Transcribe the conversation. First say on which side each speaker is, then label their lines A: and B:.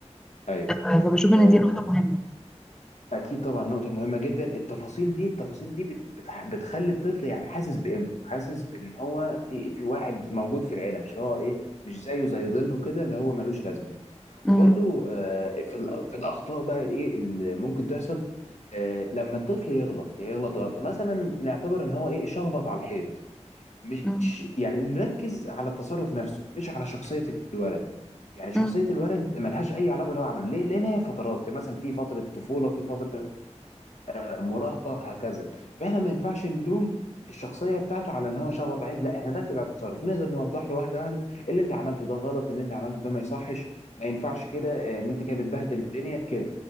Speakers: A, on the left; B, in the centre.
A: ايوه
B: آه، فبشوف
A: آه،
B: ان دي نقطه مهمه
A: اكيد طبعا نقطه مهمه جدا التفاصيل دي التفاصيل دي بت بتح- بتخلي الطفل يعني حاسس بقيمته حاسس بان هو في في واحد موجود في العيله مش اللي هو ايه مش زيه زي ظله كده اللي هو ملوش لازمه وبرده
B: امم
A: في الأ- في الاخطاء بقى ايه اللي ممكن تحصل آه، لما الطفل يغلط يغلط غلطه مثلا نعتبر ان هو ايه شخبط على الحيط مش
B: امم
A: يعني نركز على التصرف نفسه مش على شخصيه الولد يعني شخصيه
B: أمم.
A: الولد ملهاش اي علاقه باللي هو عمله ليه لان هي فترات مثلا في فتره طفوله في فتره مراهقه هكذا فاحنا ما ينفعش نلوم الشخصيه بتاعته على ان هو شخبط عين لا احنا نركز على التصرف نقدر نوضح له واحده واحده اللي انت عملته ده غلط اللي انت عملته ده ما يصحش ما ينفعش كده آه، ان انت كده بتبهدل الدنيا كده